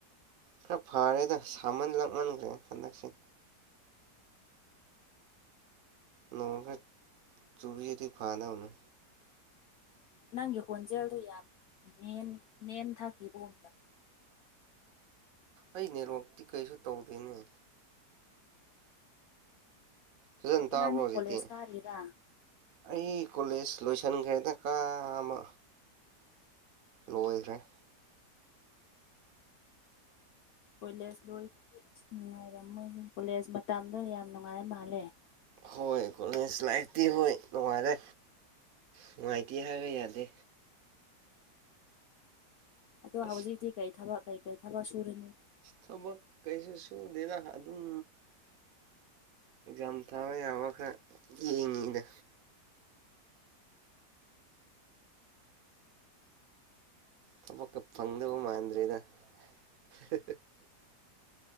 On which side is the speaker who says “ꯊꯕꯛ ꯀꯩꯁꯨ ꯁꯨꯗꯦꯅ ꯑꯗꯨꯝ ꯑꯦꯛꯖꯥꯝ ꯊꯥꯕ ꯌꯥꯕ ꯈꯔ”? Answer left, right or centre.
Right